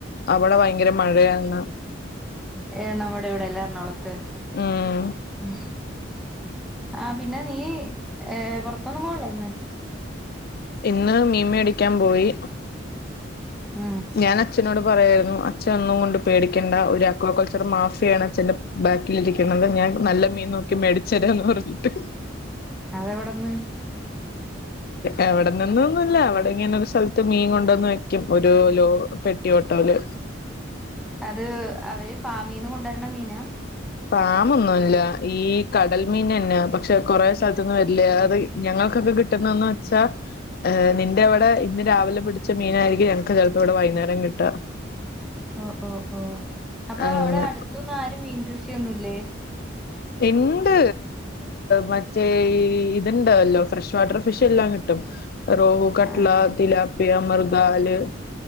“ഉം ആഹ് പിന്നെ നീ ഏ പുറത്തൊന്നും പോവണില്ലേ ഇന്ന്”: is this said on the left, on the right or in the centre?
Centre